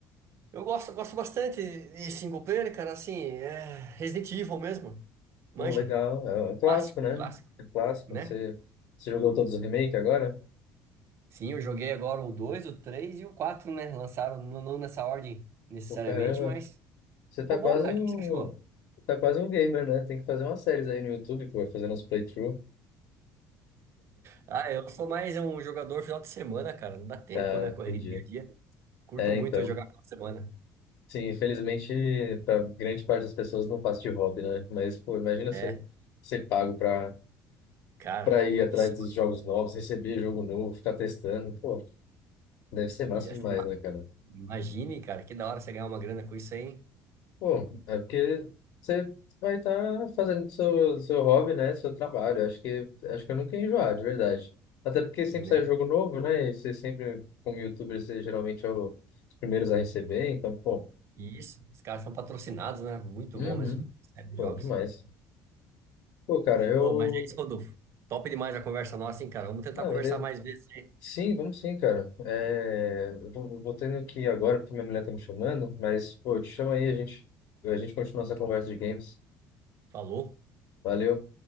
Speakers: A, on the right; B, on the left.
A: Eu gosto, gosto bastante de single player, cara, assim, é Resident Evil mesmo. Manja.
B: Pô, legal. É é um clássico,
A: Clássico,
B: né?
A: clássico,
B: É um clássico.
A: né?
B: Você... você jogou todos os remakes agora?
A: Sim, eu joguei agora o 2, o 3 e o 4, né? Lançaram não, não nessa ordem necessariamente,
B: Pô, caramba.
A: mas
B: Você
A: ficou
B: tá quase
A: bom, cara.
B: um...
A: O que que você achou?
B: tá quase um gamer, né? Tem que fazer umas séries aí no YouTube, pô, fazendo uns playthrough.
A: Ah, eu sou mais um jogador final de semana, cara. Não dá tempo,
B: Ah,
A: né?
B: entendi.
A: Correria do dia a dia. Curto
B: É,
A: muito
B: então.
A: jogar final de semana.
B: Sim, infelizmente, para grande parte das pessoas não passa de hobby, né? Mas, pô, imagina você
A: É,
B: ser pago para
A: cara,
B: para ir atrás
A: isso.
B: dos jogos novos, receber jogo novo, ficar testando. Pô, deve ser massa
A: E assim,
B: demais,
A: ima-
B: né, cara?
A: imagine, cara, que da hora você ganhar uma grana com isso aí,
B: Pô, é porque você vai estar fazendo seu, seu hobby, né? Seu trabalho. Acho que, acho que eu nunca ia enjoar, de verdade. Até porque sempre
A: né?
B: sai jogo novo, né? E você sempre, como youtuber, você geralmente é o- os primeiros a receber. Então, pô,
A: E Isso, os caras são patrocinados, né? Muito
B: uhum,
A: bom mesmo, série de
B: pô,
A: jogos.
B: demais. Pô, cara, eu.
A: Ô, mas é isso, Rodolfo. Top demais a conversa nossa, hein, cara? Vamos tentar
B: Ah,
A: conversar
B: beleza.
A: mais vezes aí.
B: Sim, vamos sim, cara. É, eu vou, vou tendo que ir agora porque minha mulher tá me chamando, mas pô, eu te chamo aí, a gente, a gente continua essa conversa de games.
A: Falou.
B: Valeu.